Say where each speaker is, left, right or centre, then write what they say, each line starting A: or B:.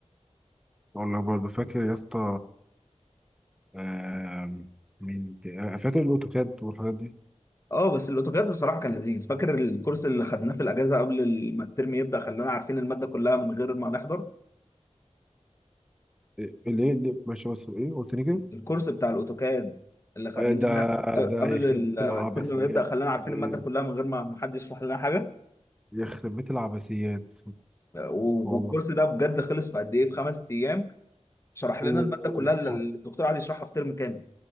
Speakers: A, in the centre; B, on the left (about 25°).
A: والله برضه فاكر يا اسطى آم، مين ت- آه، فاكر الاوتوكاد والحاجات دي
B: اه بس الاوتوكاد بصراحة كان لذيذ فاكر الكورس اللي خدناه في الاجازة قبل ما الترم يبدأ خلانا عارفين المادة كلها من غير ما نحضر
A: إيه- اللي هي اللي ماشي بس ايه قلت لي كده
B: الكورس بتاع الاوتوكاد اللي خدناه
A: آه، ده ده
B: قبل
A: يخرب بيت
B: الترم
A: العبثيات
B: ما يبدأ خلانا عارفين
A: ده
B: المادة كلها من غير ما ما حد يشرح لنا حاجة
A: يخرب بيت العبثيات
B: و-
A: والله
B: والكورس ده بجد خلص في قد ايه في خمس ايام شرح
A: و...
B: لنا المادة كلها اللي
A: <laughs>
B: الدكتور قعد يشرحها في ترم كامل